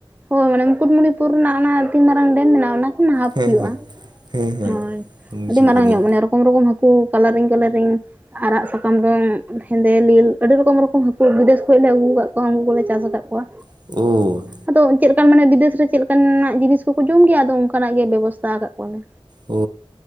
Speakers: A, on the right; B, on the right.
A: ᱦᱳᱭ ᱢᱟᱱᱮ ᱢᱩᱠᱩᱴᱢᱩᱱᱤᱯᱩᱨ ᱚᱱᱟ ᱛᱤᱱ ᱢᱟᱨᱟᱝ ᱰᱮᱢᱜᱟ ᱚᱱᱟ ᱦᱟᱯ
B: ᱦᱮᱸ
A: ᱦᱩᱭᱩᱜᱼᱟ
B: ᱦᱮᱸ ᱦᱮᱸ ᱦᱮᱸ
A: ᱦᱳᱭ
B: ᱵᱩᱡᱷᱟᱹᱣ
A: ᱟᱹᱰᱤ ᱢᱟᱨᱟᱝ
B: ᱫᱟᱞᱤᱧ
A: ᱧᱚᱜ ᱢᱟᱱᱮ ᱨᱚᱠᱚᱢ ᱨᱚᱠᱚᱢ ᱦᱟᱹᱠᱩ ᱠᱟᱞᱟᱨᱤᱧ ᱠᱟᱞᱟᱨᱤᱧ ᱟᱨᱟᱜ ᱥᱟᱠᱟᱢ ᱫᱚ ᱦᱮᱸᱫᱮ ᱞᱤᱞ ᱟᱹᱰᱤ ᱨᱚᱠᱚᱢ ᱨᱚᱠᱚᱢ ᱦᱟᱹᱠᱩ ᱵᱤᱫᱮᱥ ᱠᱷᱚᱡ ᱞᱮ ᱟᱹᱜᱩ ᱠᱟᱜ ᱩᱱᱠᱩ ᱠᱚᱞᱮ ᱪᱟᱥ ᱠᱟᱜ ᱠᱚᱣᱟ
B: <unintelligible>
A: ᱟᱫᱚ ᱪᱮᱫ ᱞᱮᱠᱟᱱ ᱢᱟᱱᱮ ᱵᱤᱫᱮᱥ ᱨᱮ ᱪᱮᱫ ᱞᱮᱠᱟᱱᱟᱜ ᱡᱤᱱᱤᱥ ᱠᱚᱠᱚ ᱡᱚᱢ ᱜᱮᱭᱟ ᱟᱫᱚ ᱚᱱᱠᱟᱱᱟᱜ ᱜᱮ ᱵᱮᱵᱚᱥᱛᱟᱷ ᱠᱟᱜ ᱠᱚᱣᱟ ᱞᱮ
B: ᱚ